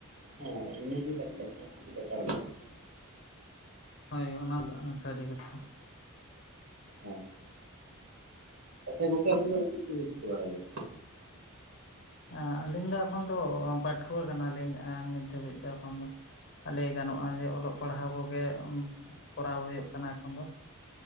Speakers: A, on the right; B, on the left.
A: ᱦᱮᱸ ᱤᱱᱟᱹᱜᱮ ᱠᱟᱹᱴᱤᱜ <unintelligible> ᱵᱮᱠᱟᱨ ᱢᱮᱱᱟᱜᱼᱟ᱾
B: ᱦᱳᱭ ᱚᱱᱟ ᱫᱚ ᱮᱸ ᱥᱟᱹᱨᱤ ᱠᱟᱛᱷᱟ᱾
A: ᱦᱮᱸ ᱟᱪᱪᱷᱟ ᱜᱚᱝᱠᱮ ᱟᱵᱤᱱ ᱫᱚ ᱪᱤᱫ ᱠᱚ ᱵᱮᱱ ᱪᱮᱠᱟ ᱵᱟᱲᱟᱭ ᱜᱮᱭᱟ?
B: ᱮᱸ ᱟᱹᱞᱤᱧ ᱫᱚ ᱮᱠᱷᱚᱱ ᱫᱚ ᱯᱟᱹᱴᱷᱩᱣᱟᱹ ᱠᱟᱱᱟᱞᱤᱧ ᱮᱸ ᱱᱤᱛ ᱫᱷᱟᱹᱵᱤᱜ ᱫᱚ ᱮᱠᱷᱚᱱ ᱫᱚ᱾ ᱞᱟᱹᱭ ᱜᱟᱱᱚᱜᱼᱟ ᱡᱮ ᱚᱞᱚᱜ ᱯᱟᱲᱦᱟᱣ ᱠᱚᱜᱮ ᱩᱸ ᱠᱚᱨᱟᱣ ᱦᱩᱭᱩᱜ ᱠᱟᱱᱟ ᱮᱠᱷᱚᱱ ᱫᱚ,